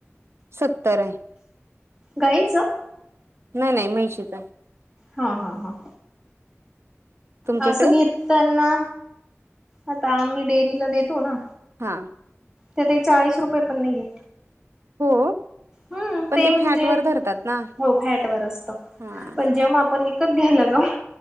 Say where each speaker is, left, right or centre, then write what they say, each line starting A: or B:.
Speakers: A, on the right (about 60°); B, on the right (about 25°).
A: सत्तर
B: गायच
A: नाही नाही मि्याळचीच आहे
B: हा हा हा
A: तुमच्या
B: असं
A: इकडे
B: घेतताना आता आम्ही डेअरीला देतो ना
A: हां
B: ते ते चाळीस रुपये पण नाही आहे
A: हो
B: हम्म
A: पण
B: ते म्हणजे
A: फॅट वर धरतात ना
B: हो फॅट वर असत
A: हा
B: पण जेव्हा आपण विकत घ्यायला जाऊ